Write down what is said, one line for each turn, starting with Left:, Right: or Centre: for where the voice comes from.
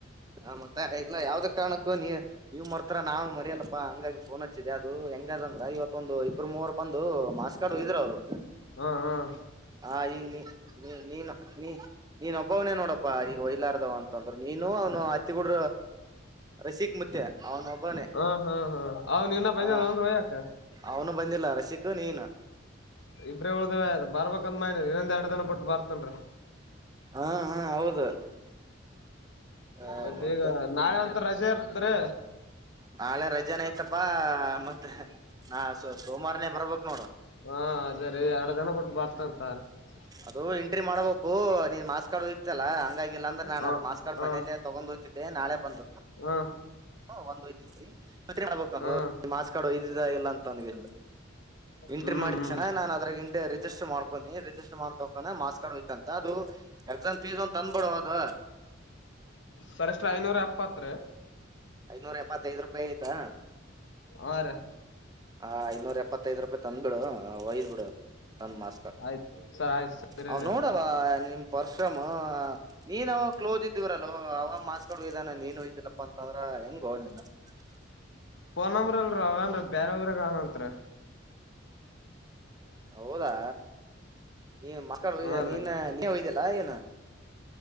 Right: ಹ ಮತ್ತೆ ಇಲ್ಲಾ ಯಾವ್ದ್ ಕಾರಣಕ್ಕೂ ನೀ ನೀವ್ ಮರ್ತಾರ ನಾನ್ ಮರಿಯಲ್ಲಪ್ಪಾ ಹಂಗಾಗಿ ಪೋನ್ ಹಚ್ಚಿದೆ ಅದು ಹೆಂಗ ಯಂದ್ರೆ ಇವತ್ತೊಂದು ಇಬ್ಬರು ಮೂವರ್ ಬಂದು ಮಾಸ್ಕಾಡು ಹೊಯ್ದರು ಅವರು
Left: ಹ್ಮ್ ಹ್ಮ್
Right: ಹ ಈಗ ನೀ ನೀ ನೀನು ನೀ ನೀನೊಬ್ಬ ನೋಡಪ್ಪಾ ಈಗ ಹೊಯ್ಲಾರ್ದವ ಅಂತಂದ್ರ ನೀನು ಅವನು ಹತ್ತಿಗೂಡ ರಶೀಕ್ ಮತ್ತೆ ಅವನು ಒಬ್ಬಾನೆ
Left: ಹಾ ಹಾ ಹಾ ಅವ್ನ್ ಇನ್ನ ಬಂದಿಲ್ಲನ್ರಿ
Right: ಹ
Left: ಒಯ್ಯಾಕ
Right: ಅವನು ಬಂದಿಲ್ಲ ರಸಿಕೂ ನೀನು
Left: ಇಬ್ಬರೆ ಉಳ್ದ್ವ ಬರ್ಬೇಕಂದ್ ಮಡ್ವಿ ಇನ್ನೊಂದು ಎರಡು ದಿನ ಬಿಟ್ಟು ಬರ್ತ ತಿನ್ರೀ
Right: ಹಾ ಹಾ ಹೌದು ಆ
Left: ಮತ್ತೆ
Right: ಮತ್ತ
Left: ಈಗ ನಾಳೆ ಅಂತರ್ ರಜೆ ಇರ್ತ್ರೀ
Right: ನಾಳೆ ರಜೆನ ಆಐ್ತಪ್ಪಾ ಮತ್ತೆ ನಾ ಸ ಸೋಮವಾರನೇ ಬರ್ಬೇಕ್ ನೋಡು
Left: ಹಾ ಅದೇ ರೀ ಎರಡು ದಿನ ಬಿಟ್ಟು ಬರ್ತಂತಾರೆ ತರಿ
Right: ಅದು ಎಂಟ್ರಿ ಮಾಡ್ಬೇಕು ನೀನ್ ಮಾಸ್ಕ್ ಕಾರ್ಡ್ ಇತ್ತಲ್ಲ ಹಂಗಾಗಿಲ್ಲ ಅಂದ್ರೆ ನಾನ
Left: ಹಾ
Right: ಅದ್ ಮಾರ್ಕ್ಸ ಕಾರ್ಡ್
Left: ಹಾ
Right: ಮನೇಲ್ಲೇ ತಗೊಂಡ ಹೋಗತ್ತೀದ್ದೆ ನಾಳೆ ಬಂದು
Left: ಹಾ
Right: ಹ ಒಂದ್ ಐತಿ ಇಲ್ಲಿ ಮತ್ತೆ
Left: ಹಾ
Right: ಮಾಕ್ಸ್ ಕಾರ್ಡ್ ಇಲ್ಲ ಅಂತಂದೆ ಎಂಟ್ರಿ
Left: ಹ್ಮ್
Right: ಮಾಡಿ
Left: ಹ್ಮ್
Right: ಕ್ಷಣ ನಾನ್ ಇಂದೆ ರಿಜಿಸ್ಟರ್ ಮಾಡ್ಕೊನಿ ಮಾಡ್ತಕಾನ ಮಾಸ್ಕ್ ಕಾರ್ಡ್ ಒಯ್ತಾಂತ ಅಂತ ಅದು ಎಕ್ಸಾಮ್ ಫೀಸ್ ಒಂದ್ ತಂದ್ಬಿಡು ಅದು
Left: ಸರಿಷ್ಟ್ ಐನೂರ ಎಪ್ಪತ್ತು ರೀ
Right: ಐನೂರ ಎಪ್ಪತ್ತೈದ್ ರೂಪಾಯಿ ಐತಾ
Left: ಹ ರೀ
Right: ಹ ಇನ್ನೂರು ಎಪ್ಪತ್ತೈದ್ ರೂಪಾಯಿ ತಂದ್ಬಿಡು ಆ ವೈದ್ ಬಿಡು ತಂದು ಮಾಕ್ಸ್ ಕಾರ್ಡ್
Left: ಆಯ್ತ್ ಸರ್ ಆಯ್ತ್ ಸರಿ
Right: ಅವನ
Left: ರೀ
Right: ನೋಡವ ನಿಮ್ ಪರ್ಪುಮೂ ಹ ನೀನ್ ಅವಾಗ ಕ್ಲೋಸ್ ಇದ್ದೀವ್ರಲ್ವ ಅವಾಗ ಮಾರ್ಕ್ಸ್ ಕಾರ್ಡ್ ಹೈದಾನ ನೀನು ಇದ್ದಿಲ್ಲಪ್ಪಾ ಅಂತಂದ್ರ ಹೆಂಗೊ ನೀನು <unintelligible>
Left: ಪೋನ್ ನಂಬರ್ ಅಲ್ಲೆ ಅವೇನ್ ರೀ ಬೇರೆ ಊರಗ ಅವನತ್ರಿ
Right: ಹೌದಾ ನೀ ಮಕ್ಕಳು
Left: ಹಾ
Right: ಯ ನೀನ್
Left: ರೀ
Right: ನೀ ಹೊಯ್ದಲ್ಲಾ ಏನು